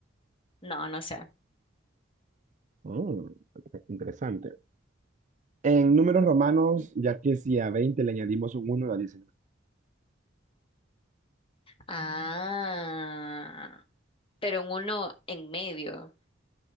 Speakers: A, on the left; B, on the right.
A: No, no sé.
B: Mm, ok, interesante. En números romanos, ya que si a 20 le añadimos un uno da diecinueve.
A: Ah, pero un uno en medio.